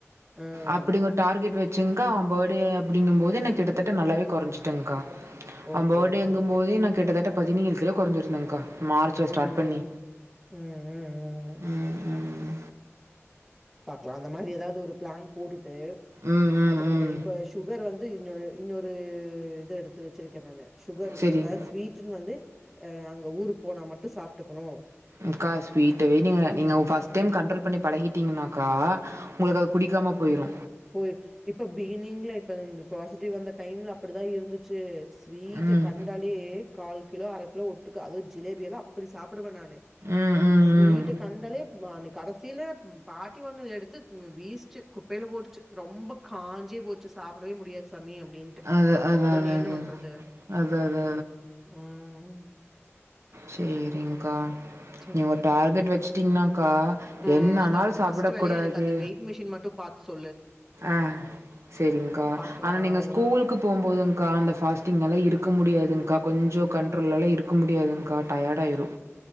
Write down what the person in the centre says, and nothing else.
அ
ஓகே,
ஓகே, ஓகே.
ம்.
ம், ம்,
பாக்கலா அந்த மாரி எதாவது ஒரு பிளான் போட்டுட்டு
அப்புறோ
இப்போ சுகர் வந்து இன்னோ இன்னொரு இது எடுத்து வச்சுருக்கே நானு சுகர்
அதாவது ஸ்வீட்டுன்னு வந்து அங்க ஊருக்கு போனா மட்டு சாப்ட்டுக்கணு
போயிர் இப்ப பிகினிங்ல இப்ப பாசிட்டிவ் அந்த டைம்ல அப்படிதா இருந்து ச்சு ஸ்வீட்ட
கண்டாலே கால் கிலோ அர கிலோ ஒட்டுக்க அதே ஜிலேபியல்லா அப்பிடி சாப்புடுவே நானு
ஸ்வீட்ட
கண்டாலே அந்த கடைசில பாட்டி ஒண்ணு எடுத்து <unintelligible> வீசுச்சு குப்பையில போட்டுச்சு ரொம்ப காஞ்சே போச்சு சாப்டவே முடியாது சாமி அப்டின் ட்டு
அப்புறோ
நீ
என்ன பண்றது
ம்
சரிடா
ம்
அதா
ஃபர்ஸ்ட் வேலையா
எனக்கு அந்த வெயிட் மிஷின் மட்டு பாத் சொ
பாக்கலா
நா
அத